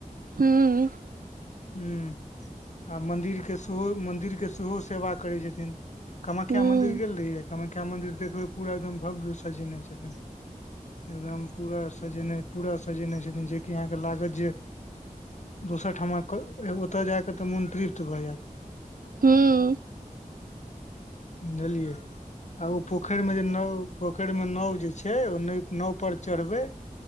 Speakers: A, on the right; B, on the left.
A: हूँ
B: हूं आ मन्दिर के सेहो मन्दिर के सेहो सेवा करै छथिन। कामख्या
A: हूँ
B: मंदिर गेल रहियै कामख्या मंदिर देखबै पूरा एकदम भव्य सजेने छथिन। एकदम पूरा सजेनाइ पूरा सजेने छथिन जेकि अहाँके लागत जे दोसर ठामक ओतय जाकऽ तऽ मन तृप्त भऽ जायत।
A: हूँ
B: बुझलियै आ ओ पोखरी में जे नाव पोखरी मे नाव जे छैय हे ओय नाव पर जे चढ़बै